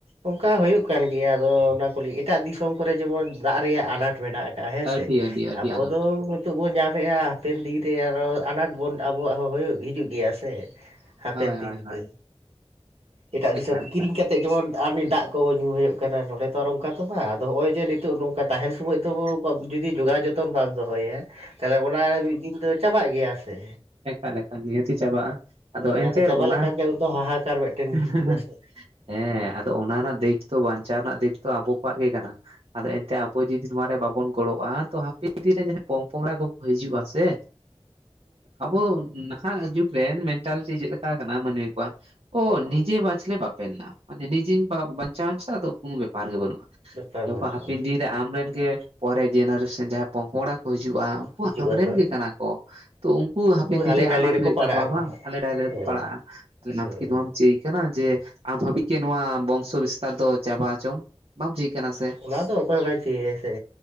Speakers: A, on the right; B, on the right.
A: ᱚᱱᱠᱟ ᱦᱳᱭᱳᱜ ᱠᱟᱱ ᱜᱮᱭᱟ ᱟᱫᱚ ᱚᱱᱟ ᱠᱚᱞᱤ ᱮᱴᱟᱜ ᱫᱤᱥᱚᱢ ᱠᱚᱨᱮ ᱡᱮᱢᱚᱱ ᱫᱟᱜ ᱨᱮᱭᱟᱜ ᱟᱱᱟᱴ ᱢᱮᱱᱟᱜ ᱟᱠᱟᱫᱼᱟ ᱦᱮᱸ
B: ᱟᱹᱰᱤ
A: ᱥᱮ
B: ᱟᱹᱰᱤ ᱟᱹᱰᱤ
A: ᱟᱵᱚ
B: ᱟᱱᱟᱴ
A: ᱫᱚ ᱛᱳᱜ ᱵᱚᱱ ᱧᱟᱢᱮᱫᱼᱟ ᱦᱟᱯᱮᱱ ᱫᱤᱱ ᱨᱮ ᱟᱨᱚ ᱟᱱᱟᱴ ᱵᱚᱱ ᱟᱵᱚᱣᱟᱜ ᱦᱚᱸ ᱦᱩᱭᱩᱜ ᱦᱤᱡᱩᱜ ᱜᱮᱭᱟ ᱥᱮ ᱦᱟᱯᱮᱱ
B: ᱦᱳᱭ
A: ᱫᱤᱱ
B: ᱦᱳᱭ ᱦᱳᱭ
A: ᱛᱮ ᱮᱴᱟᱜ ᱫᱤᱥᱚᱢ
B: ᱮᱠᱟᱞ
A: ᱠᱚ
B: ᱮᱠᱟᱞ
A: ᱠᱤᱨᱤᱧ ᱠᱟ ᱠᱟᱛᱮᱫ ᱡᱮᱢᱚᱱ ᱟᱨ ᱫᱟᱜ ᱠᱚ ᱟ. ᱜᱩ ᱦᱳᱭᱳᱜ ᱠᱟᱱᱟ ᱱᱚᱰᱮ ᱛᱚ ᱟᱨ ᱱᱚᱝᱠᱟ ᱛᱚ ᱵᱟᱝ ᱟᱫᱚ ᱱᱚᱜᱼᱚᱭ ᱡᱮ ᱱᱤᱛᱚᱜ ᱱᱚᱝ ᱚᱱᱠᱟ ᱛᱟᱦᱮᱱ ᱥᱳᱚᱢᱚᱭ ᱫᱚ ᱡᱩᱫᱤ ᱡᱚᱜᱟᱣ ᱡᱚᱛᱚᱱ ᱵᱟᱢ ᱫᱚᱦᱚᱭᱟ ᱛᱟᱦᱚᱞᱮ ᱚᱱᱟ ᱢᱤᱫ ᱫᱤᱱ ᱛᱚ ᱪᱟᱵᱟᱜ ᱜᱮᱭᱟ ᱥᱮ
B: ᱮᱠᱟᱜ ᱮᱠᱟᱞ ᱱᱤᱦᱟᱹᱛᱤ ᱪᱟᱵᱟᱜᱼᱟ ᱟᱫᱚ
A: ᱦᱳᱭ
B: ᱮᱱᱛᱮᱫ
A: ᱪᱟᱵᱟ
B: ᱚᱱᱟ
A: ᱞᱮᱠᱷᱟᱱ ᱜᱮ ᱩᱱᱫᱚ ᱦᱟᱦᱟᱠᱟᱨ ᱢᱤᱫᱴᱮᱱ
B: <unintelligible>
A: ᱦᱤᱡᱩᱜᱼᱟ ᱥᱮ
B: ᱦᱮᱸ ᱟᱫᱚ ᱚᱱᱟ ᱨᱮᱱᱟᱜ ᱫᱟᱭᱤᱛᱛᱚ ᱵᱟᱧᱪᱟᱣ ᱨᱮᱱᱟᱜ ᱫᱟᱭᱤᱛᱛᱚ ᱟᱵᱚ ᱠᱚᱣᱟᱜ ᱜᱮ ᱠᱟᱱᱟ ᱟᱫᱚ ᱮᱱᱛᱮ ᱟᱵᱚ ᱡᱩᱚᱫᱤ ᱱᱚᱟᱨᱮ ᱵᱟᱵᱚᱱ ᱜᱚᱲᱚᱜᱼᱟ, ᱛᱚ ᱦᱟᱯᱮ ᱫᱤᱱ ᱨᱮ ᱡᱟᱦᱟᱸᱭ ᱯᱚᱝᱼ ᱯᱚᱝᱲᱟ ᱠᱚ ᱦᱤᱡᱩᱜᱼᱟ ᱥᱮ ᱟᱵᱚ ᱱᱟᱦᱟᱜ ᱡᱩᱜᱽᱨᱮ ᱢᱮᱱᱴᱟᱞᱤᱴᱤ ᱪᱮᱫᱞᱮᱠᱟ ᱠᱟᱱᱟ ᱢᱟᱹᱱᱢᱤ ᱠᱚᱣᱟᱜ ᱳ ᱱᱤᱡᱮ ᱵᱟᱪᱞᱮ ᱵᱟᱯᱮᱨ ᱱᱟᱢ ᱢᱟᱱᱮ ᱱᱤᱡᱮᱧ ᱵᱟᱧᱪᱟᱣᱮᱱ ᱥᱮ ᱟᱫᱚ ᱠᱳᱱᱳ ᱵᱮᱯᱟᱨ ᱜᱮ ᱵᱟᱹᱱᱩᱜᱼᱟ
A: ᱵᱮᱯᱟᱨ
B: ᱟᱫᱚ
A: ᱵᱟᱹᱱᱩᱜᱼᱟ
B: ᱦᱟᱯᱮᱱ ᱫᱤᱱ ᱨᱮ ᱟᱢᱨᱮᱱ ᱜᱮ ᱯᱚᱨᱮ ᱡᱮᱱᱟᱨᱮᱥᱚᱱ ᱡᱟᱦᱟᱸᱭ ᱯᱚᱝᱠᱚᱲᱟ ᱠᱚ ᱦᱤᱡᱩᱜᱼᱟ ᱩᱱᱠᱩ
A: ᱦᱤᱡᱩᱜ
B: ᱟᱢᱨᱮᱱ
A: ᱟᱠᱚ
B: ᱜᱮ ᱠᱟᱱᱟ ᱠᱚ ᱛᱚ ᱩᱱᱠᱩ ᱠᱩ ᱦᱟᱯᱮᱱ ᱫᱤᱱ
A: ᱦᱟᱞᱮ
B: ᱨᱮ
A: ᱰᱟᱞᱮ
B: ᱟᱱᱟᱴ
A: ᱨᱮᱠᱚ
B: ᱦᱩᱭᱩᱜ
A: ᱯᱟᱲᱟᱜ
B: ᱛᱟᱠᱚᱣᱟ
A: ᱟᱠᱚ
B: ᱵᱟᱝ
A: ᱦᱟᱸᱜ
B: ᱦᱟᱞᱮ ᱰᱟᱭᱞᱮ ᱨᱮᱠᱚ
A: ᱦᱳᱭ
B: ᱯᱟᱲᱟᱜᱼᱟ ᱛᱟᱦᱞᱮ
A: ᱦᱳᱭ
B: ᱟᱢᱠᱤ ᱱᱚᱣᱟᱢ ᱪᱟ. ᱭ ᱠᱟᱱᱟ ᱡᱮ ᱟᱢ ᱦᱟᱹᱵᱤᱡ ᱜᱮ ᱱᱚᱣᱟ ᱵᱚᱝᱥᱚ ᱵᱤᱥᱛᱟᱨ ᱫᱚ ᱪᱟᱵᱟ ᱦᱚᱪᱚᱝ ᱵᱟᱢ ᱪᱟᱹᱭ ᱠᱟᱱᱟ ᱥᱮ?
A: ᱚᱱᱟ ᱫᱚ ᱚᱠᱚᱭ ᱦᱚᱸ ᱵᱟᱭ ᱪᱟᱹᱭᱟ ᱥᱮ